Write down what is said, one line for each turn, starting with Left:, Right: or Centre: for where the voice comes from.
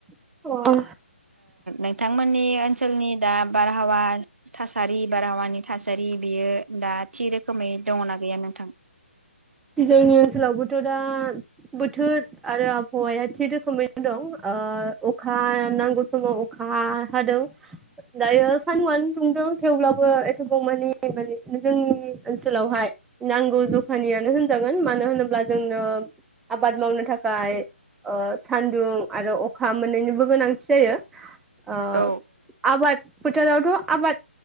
Centre: औ औ
Right: बिथांमोननि ओनसोलनि दा बारहावा थासारि बारहावानि थासारि बेयो दा थि रोखोमै दङना गैया नोंथां
Centre: जोंनि ओनसोलावबोथ' दा बोथोर आरो आबहावाया थि रोखोमैनो दं अखा नांगौ समाव अखा हादों दायो सानदुआनो दुंदों थेवब्लाबो एथबावमानि माने जोंनि ओनसोलावहाय नांगौ जखानियानो होन जागोन मानो होनोब्ला जोंनो आबाद मावनो थाखाय सान्दुं आरो अखा मोनैनिबो गोनांथि जायो आ
Right: औ
Centre: आबाद फोथारावथ' आबाद